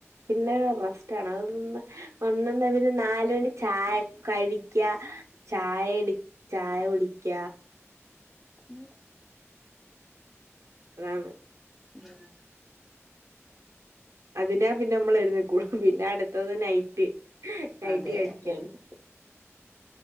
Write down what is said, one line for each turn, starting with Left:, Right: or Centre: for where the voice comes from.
Right: പിന്നെ റസ്‌റ്റാണ്, അതൊന്ന് ഒന്നൊന്നവര് നാലൊണി ചായ കഴിക്ക, ചായെട് ചായുടിക്ക.
Centre: ന്
Right: അതാണ്.
Centre: ഉം
Right: അതിനാ പിന്നമ്മൾ എഴുന്നേക്കു, പിന്നെ അടുത്തത് നൈറ്റ് റ്റ് നൈറ്റ്
Centre: അതെ
Right: കഴിക്കാനും.